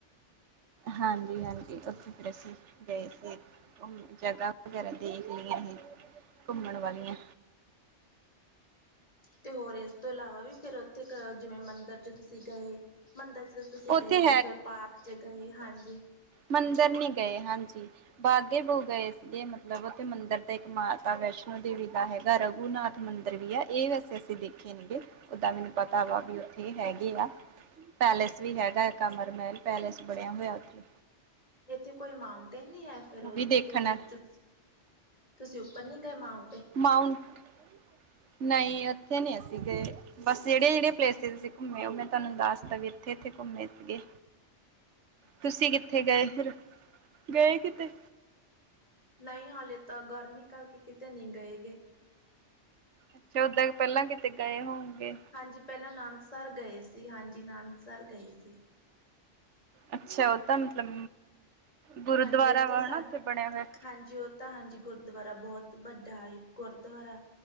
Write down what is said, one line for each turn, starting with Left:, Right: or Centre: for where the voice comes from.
Right: ਹਾਂਜੀ ਹਾਂਜੀ, ਉੱਥੇ ਫੇਰ ਅਸੀਂ ਗਏ ਸੀ ਉਹ ਜਗ੍ਹਾ। ਵਗੈਰਾ ਦੇਖ ਲਈਆਂ ਸੀ ਘੁੰਮਣ ਵਾਲੀਆਂ
Left: ਤੇ ਹੋਰ ਇਸ ਤੋਂ ਇਲਾਵਾ ਵੀ ਫੇਰ ਉੱਥੇ ਕ ਜਿਵੇਂ ਮੰਦਿਰ ਚ ਤੁਸੀਂ ਗਏ ਮੰਦਿਰ ਚ ਤਾਂ ਤੁਸੀਂ
Right: ਉੱਥੇ
Left: ਗਏ ਨੀ ਫੇਰ ਪਾਕ ਚ ਗਏ ਹਾਂਜੀ।
Right: ਮੰਦਰ ਨੀਂ ਗਏ ਹਾਂਜੀ। ਬਾਗੇ ਬੋ ਗਏ ਸੀਗੇ ਮਤਲਬ ਉੱਥੇ ਮੰਦਰ ਤੇ ਇੱਕ ਮਾਤਾ ਵੈਸ਼ਨੋ ਦੇਵੀ ਦਾ ਹੈਗਾ ਰਘੂਨਾਥ। ਮੰਦਰ ਵੀ ਆ ਇਹ ਵੈਸੇ ਅਸੀਂ ਦੇਖੇ ਨੇਗੇ ਉਦਾਂ ਮੈਨੂੰ ਪਤਾ ਵਾ ਵੀ ਉੱਥੇ ਇਹ ਹੈਗੇ ਆ। ਪੈਲੇਸ ਵੀ ਹੈਗਾ ਏ ਕਮਰ ਮਹਿਲ ਪੈਲੇਸ ਬਣਿਆ ਹੋਇਆ ਉੱਥੇ
Left: ਇੱਥੇ ਕੋਈ ਮਾਊਂਟੇਨ ਨਹੀਂ ਹੈ ਫੇਰ
Right: ਉਹ
Left: ਉੱਥੇ
Right: ਵੀ ਦੇਖਣ
Left: ਜਜ ਤ ਤੁਸੀਂ ਉੱਪਰ ਨੀ ਗਏ ਮਾਊਂ
Right: ਮਾਊਂਟ ਨਹੀਂ ਉੱਥੇ ਨਈ ਅਸੀ ਗਏ ਬਸ ਜਿਹੜੀਆਂ
Left: ਅੱਛਾ
Right: ਜਿਹੜੀਆਂ ਪਲੇਸਸ ਸੀ ਘੁੰਮੇ ਉਹ ਮੈਂ ਤੁਹਾਨੂੰ ਦੱਸਦਾ ਵੀ ਇੱਥੇ ਇੱਥੇ ਘੁੰਮੇ ਸੀਗੇ ਤੁਸੀਂ ਕਿੱਥੇ ਗਏ ਫੇਰ ਗਏ ਕਿਤੇ
Left: ਨਈ ਹਾਲੇ ਤਾਂ ਗਰਮੀ ਕਰਕੇ ਕਿਤੇ ਨਹੀਂ ਗਏ ਗੇ।
Right: ਅੱਛਾ ਓਦਾਂ ਪਹਿਲਾਂ ਕਿਤੇ ਗਏ ਹੋਗੇ
Left: ਹਾਂਜੀ ਪਹਿਲਾਂ ਨਾਨਕਸਰ ਗਏ ਸੀ ਹਾਂਜੀ ਨਾਨਕਸਰ ਗਏ ਸੀ।
Right: ਅੱਛਾ ਉਹ ਤਾਂ ਮਤਲਬ ਗੁਰੂਦੁਆਰਾ
Left: ਹਾਂਜੀ ਇੱਥੇ
Right: ਵਾ
Left: ਸਾ
Right: ਹਨਾ ਉੱਥੇ ਬਣਿਆ ਹੋਇਆ
Left: ਹਾਂਜੀ ਉਹ ਤਾਂ ਹਾਂਜੀ ਗੁਰਦੁਆਰਾ ਬਹੁਤ ਵੱਡਾ ਏ ਗੁਰਦੁਆਰਾ